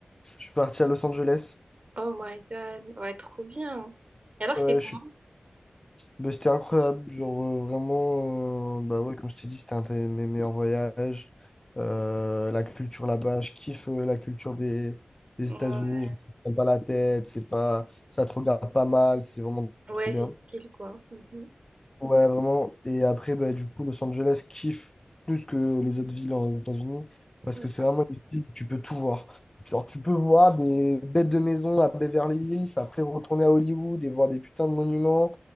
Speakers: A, on the left; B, on the right.
A: Je suis parti à Los Angeles.
B: Oh my god, ouais, trop bien. Et alors,
A: Ouais,
B: c'était comment?
A: je suis... bah, c'était incroyable. Genre, euh, vraiment, euh, bah ouais, comme je t'ai dit, c'était un de mes meilleurs voyages. Euh, la culture là-bas, je kiffe euh, la culture des, des
B: Ouais,
A: États-Unis. Je ne prends pas la tête, c'est pas... ça te regarde pas mal, c'est vraiment
B: ouais,
A: trop
B: c'est
A: bien.
B: style quoi. Mhm.
A: Ouais, vraiment. Et après, bah, du coup, Los Angeles kiffe plus que les autres villes aux États-Unis parce
B: Ouais,
A: que c'est vraiment une ville où tu peux tout voir. Genre, tu peux voir des bêtes de maison à Beverly Hills, après retourner à Hollywood et voir des putains de monuments,